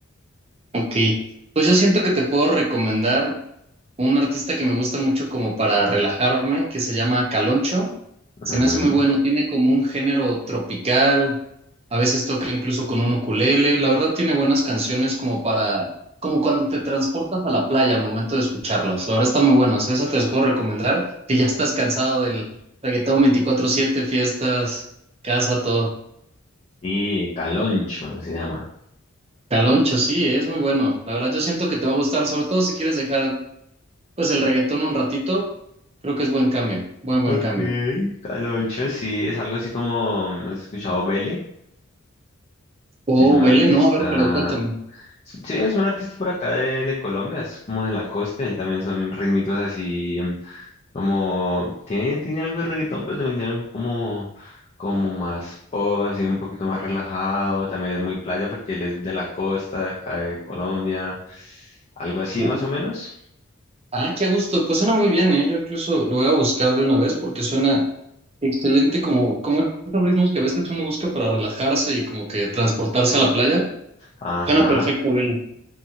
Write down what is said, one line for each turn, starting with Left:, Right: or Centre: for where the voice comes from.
Right: Ok. Pues yo siento que te puedo recomendar. un artista que me gusta mucho como para relajarme, que se llama Caloncho. Se
Left: Ujú.
Right: me hace muy bueno, tiene como un género tropical, a veces toca incluso con un ukulele. La verdad tiene buenas canciones como para, como cuando te transportas a la playa al momento de escucharlas. La verdad está muy buena, o sea, esa te las puedo recomendar si ya estás cansado del reggaetón veinticuatro siete fiestas, casa, todo.
Left: Sí, Caloncho se llama.
Right: Caloncho, sí, es muy bueno. La verdad yo siento que te va a gustar, sobre todo si quieres dejar Pues el reggaetón un ratito, creo que es buen cambio, buen, buen
Left: Ok,
Right: cambio.
Left: Caloncho, sí, es algo así como, ¿no has escuchado Vele?
Right: Oh,
Left: Es un
Right: vele,
Left: artista
Right: no, a ver, pero cuéntame.
Left: Sí, es un artista por acá de, de Colombia, es como de la costa, él también son ritmitos así, em, como, tiene, tiene algo de reggaetón, pero también tiene algo como, como más pop, así un poquito más relajado, también es muy playa porque él es de la costa, de acá de Colombia, algo así
Right: Uf.
Left: más o menos.
Right: Ah, qué a gusto, pues suena muy bien, ¿eh? Yo incluso lo voy a buscar de una vez porque suena excelente como, como esos ritmos que a veces uno busca para relajarse y como que transportarse a la playa.
Left: Ajá,
Right: Suena perfecto, vele.